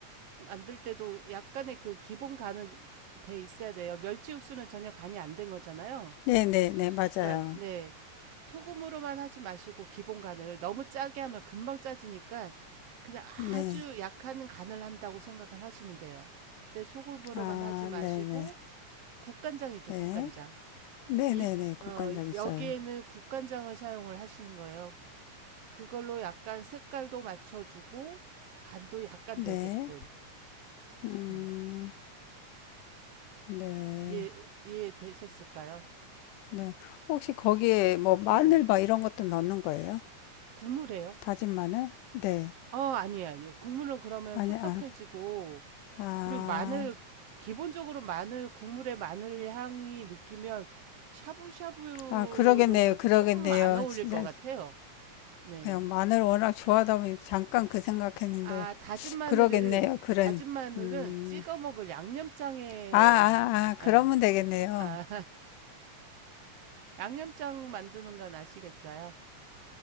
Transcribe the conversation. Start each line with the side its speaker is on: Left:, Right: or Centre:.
Right: 만들 때도 약간의 그 기본 간은 돼 있어야 돼요. 멸치 육수는 전혀 간이 안 된 거잖아요.
Left: 네네네, 맞아요.
Right: 그러니까 네. 소금으로만 하지 마시고 기본 간을 너무 짜게 하면 금방 짜지니까 그냥
Left: 네.
Right: 아주 약한 간을 한다고 생각을 하시면 돼요. 근데 소금으로만
Left: 아,
Right: 하지 마시고
Left: 네네,
Right: 국간장이죠,
Left: 네.
Right: 국간장.
Left: 네네네,
Right: 이,
Left: 국간장
Right: 어,
Left: 있어요.
Right: 여기에는 국간장을 사용을 하시는 거예요. 그걸로 약간 색깔도 맞춰주고 간도 약간
Left: 네.
Right: 되게끔
Left: 음,
Right: 음.
Left: 네.
Right: 이해 이해되셨을까요?
Left: 네. 혹시 거기에 뭐 마늘
Right: 네네
Left: 막 이런 것도 넣는 거예요?
Right: 국물이에요.
Left: 다진 마늘? 네.
Right: 어 아니에요 아니요 국물은 그러면
Left: 아니,
Right: 텁텁해지고
Left: 아, 아.
Right: 그리고 마늘 기본적으로 마늘 국물에 마늘 향이 느끼면 샤브샤브
Left: 아, 그러겠네요.
Right: 이런 건좀
Left: 그러겠네요.
Right: 안 어울릴
Left: 진짜
Right: 것 같아요. 네.
Left: 그냥 마늘 워낙 좋아하다 보니 잠깐 그 생각했는데
Right: 아 다진 마늘은
Left: 그러겠네요. 그런
Right: 다진 마늘은
Left: 음.
Right: 찍어 먹을 양념장에
Left: 아, 아, 아, 그러면
Right: 예.
Left: 되겠네요.
Right: 아 양념장 만드는 건 아시겠어요?